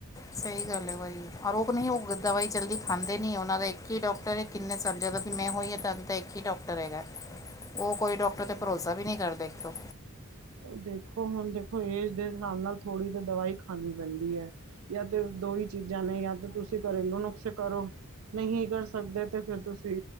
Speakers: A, on the left; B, on the right.
A: ਸਹੀ ਗੱਲ ਏ ਬਾਈ, ਆਰੋਗ ਨਹੀਂ ਹੋ ਦਵਾਈ ਜਲਦੀ ਖਾਂਦੇ ਨੀ ਉਹਨਾਂ ਦਾ ਇੱਕ ਈ ਡਾਕਟਰ ਐ ਕਿੰਨੇ ਸਾਲ ਜਦੋਂ ਦੀ ਮੈਂ ਹੋਈ ਆਂ ਤਦ ਦਾ ਇੱਕ ਈ ਡਾਕਟਰ ਹੈਗਾ। ਉਹ ਕੋਈ ਡਾਕਟਰ ਤੇ ਭਰੋਸਾ ਵੀ ਨੀਂ ਕਰਦੇ ਇੱਕ ਤੋ।
B: ਓ ਦੇਖੋ, ਹੁਣ ਦੇਖੋ ਏਜ ਦੇ ਹਿਸਾਬ ਨਾਲ ਥੋੜ੍ਹੀ ਤਾਂ ਦਵਾਈ ਖਾਣੀ ਪੈਂਦੀ ਐ। ਜਾਂ ਤੇ ਦੋ ਈ ਚੀਜ਼ਾਂ ਨੇ ਜਾਂ ਤਾਂ ਤੁਸੀਂ ਘਰੇਲੂ ਨੁਕਸੇ ਕਰੋ। ਨਹੀਂ ਕਰ ਸਕਦੇ ਤੇ ਫ਼ੇਰ ਤੁਸੀਂ,